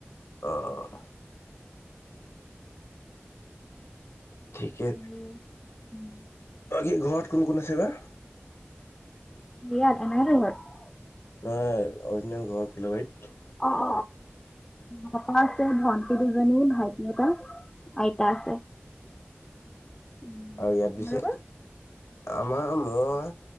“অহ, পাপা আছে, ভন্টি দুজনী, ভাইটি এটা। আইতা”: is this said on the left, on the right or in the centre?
Left